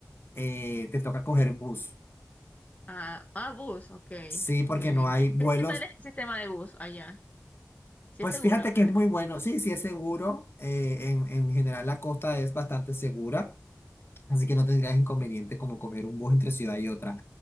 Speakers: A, on the left; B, on the left.
A: eh, te toca coger bus.
B: Ah, ah, bus, ok.
A: Sí, porque
B: Muy
A: no
B: bien.
A: hay
B: ¿Qué,
A: vuelos.
B: qué tal es el sistema de bus allá? ¿Sí
A: Pues
B: es seguro?
A: fíjate que es muy bueno. Sí, sí es seguro. eh, en, en general la costa es bastante segura. así que no tendrías inconveniente como coger un bus entre ciudad y otra.